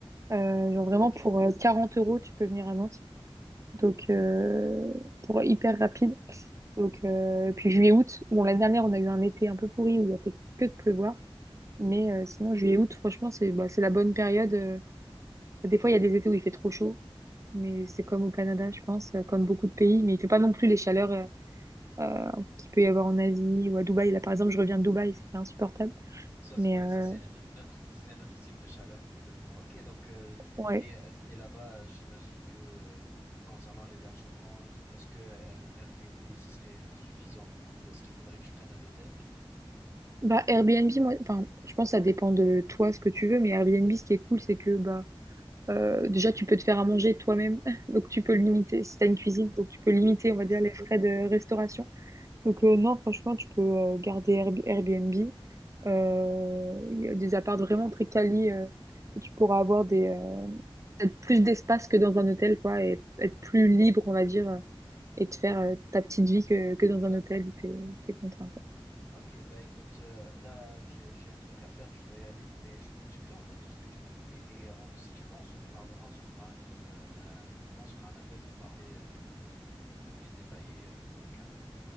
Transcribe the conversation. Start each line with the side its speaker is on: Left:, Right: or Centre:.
Right: Euh, genre vraiment
Left: Ok.
Right: pour euh, 40 euros, tu peux venir à Nantes. Donc, euh, pour hyper rapide. Donc, euh, puis juillet-août, bon, l'année dernière, on a eu un été un peu pourri où il a fait que de pleuvoir. Mais euh, sinon, juillet, août, franchement, c'est bah, c'est la bonne période. euh. Des fois, il y a des étés où il fait trop chaud, mais c'est comme au Canada, je pense, euh, comme beaucoup de pays. Mais il fait pas non plus les chaleurs euh, euh, qu'il peut y avoir en Asie ou à Dubaï. Là, par exemple, je reviens de Dubaï, c'était insupportable.
Left: Ça,
Right: Mais
Left: c'est- ouais,
Right: euh,
Left: ça c'est un, une autre, ça, c'est un autre type de chaleur complètement. Ok, donc euh,
Right: ouais.
Left: et, et là-bas, j'imagine que euh, concernant l'hébergement, est-ce que un Airbnb ce serait euh, suffisant pour- ou est-ce qu'il faudrait que je prenne un hôtel?
Right: Bah, Airbnb, moi, enfin, je pense que ça dépend de toi, ce que tu veux. Mais Airbnb, ce qui est cool, c'est que bah, euh, déjà, tu peux te faire à manger toi-même. <laughs> Donc, tu peux limiter, si tu as une cuisine, donc tu peux limiter, on va
Left: C'est
Right: dire,
Left: ça.
Right: les frais de restauration. Donc euh, non, franchement, tu peux euh, garder Airb- Airbnb. Euh, Il y a des apparts
Left: Ok,
Right: vraiment très quali euh, et tu pourras avoir des euh, peut-être plus d'espace que dans un hôtel, quoi, et être plus libre, on va dire, euh, et te faire euh, ta petite vie que, que dans
Left: d'accord.
Right: un hôtel où t'es, t'es contraint, quoi.
Left: Ok, bah écoute, euh, là j'ai j'ai un truc à faire, je dois y aller, mais je pr- j'ai pris en note tout ce que tu m'as dit et on- si tu veux, on se reparlera, on se fera un autre, euh, un autre moment, on se fera un appel pour parler euh, d'un peu plus de, un peu plus détaillé euh, pour le Canada.